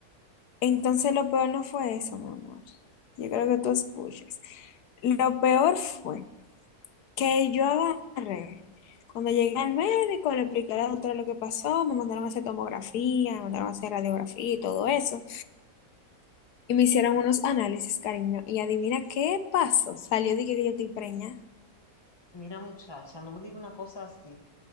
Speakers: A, on the left; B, on the left.
A: Entonces lo peor no fue eso, mi amor. Yo creo que tú escuches. Lo peor fue que yo agarré. Cuando llegué al médico, le expliqué a la doctora lo que pasó, me mandaron a hacer tomografía, me mandaron a hacer radiografía y todo eso. Y me hicieron unos análisis, cariño. Y adivina qué pasó. Salió, dije que yo estoy preñada.
B: Mira, muchacha, no me digas una cosa así.